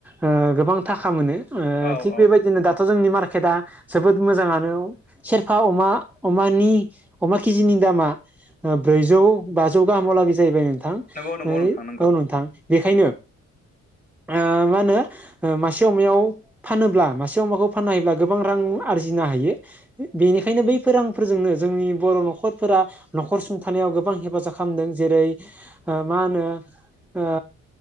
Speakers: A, in the centre; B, on the left.
A: ओ गोबां थाखा मोनो ओ
B: औ
A: थिग
B: औ
A: बेबायदिनो
B: नोंथां
A: दाथ' जोंनि मार्केटआ जोबोद मोजाङानो सेरफा अमा अमानि अमा केजिनि दामा ओ ब्रैजौ बाजौ गाहामलागै जाहैबाय नोंथां
B: नंगौ नंगौ नोंथां नंगौ
A: औ नोंथां बेखायनो ओ मा होनो ओ मासे अमायाव फानोब्ला मासे अमाखौ फाननो हायोब्ला गोबां रां आरजिनो हायो बेनिखायनो बैफोर रांफोरजोंनो जोंनि बर' न'खर फोरा न'खर सुंथानायाव गोबां हेफाजाब खालामदों जेरै ओ मा होनो ओ